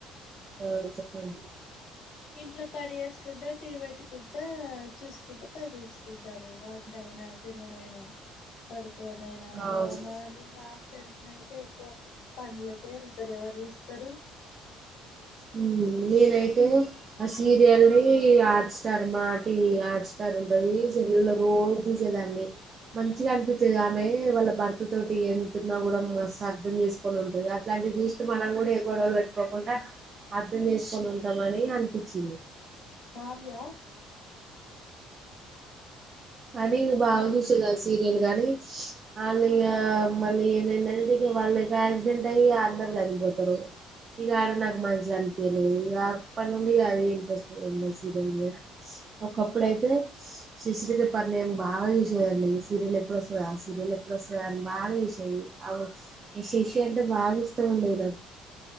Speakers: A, on the right (about 30°); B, on the left (about 60°).
A: ఆ చెప్పండి
B: ఇంట్లో పని చేేసుకుంటా టీ పెట్టుకుంటా చూసుకుంటా పని చేసుకుంటారు వంట అయినా తినుడు అయినా పడు లోనైనా ఇగ
A: అవును
B: మార్నింగ్ ఆఫ్టర్నూన్ అయితే ఎక్కువ పనులకే ఎలతారు ఎవరు చూస్ తరు
A: ఉమ్ నేనైతే ఆ సీరియల్ ఆట్ స్టార్ మ ఈ ఆట్ స్టార్ ఉంటది సెల్లులో రోజు చూసేదాన్ని మంచిగా అనిపిస్తది ఆమె వాళ్ళ భర్త తోటి ఎంతున్నా కూడా మ అర్థం చేసుకొని ఉంటది అట్లాంటి అది చూస్త మనం కూడా ఏ గొడవలు పెట్టుకో కుండా అర్ధం చేసుకొని ఉంటమని అనిపించింది
B: కావ్య
A: కానీ
B: బ్రహ్మం
A: బాగా చూసేది ఆ సీరియల్ గానీ ఆల్ ఇగ మళ్ళీ ఏంటంటే వాళ్ళ కు యాక్సిడెంట్ అయ్యి అందరూ చనిపోతారు ఇకా ఆడ నాకు మంచిగా అనిపీయలేదు ఇక అప్పటి నుండి అదే ఇంట్రెస్ట్ పోయింది సీరియల్ మీద ఒక కప్పుడయితే సే స్ సేసిరెక పర్నింట్ బాగా చేసేదండి సీరియల్ ఎప్పుడొస్తుందా సీరియల్ ఎప్పుడువోస్తద అని బాగా చేసేది అవు శశి అంటే బాగా ఇష్టమండి నాకు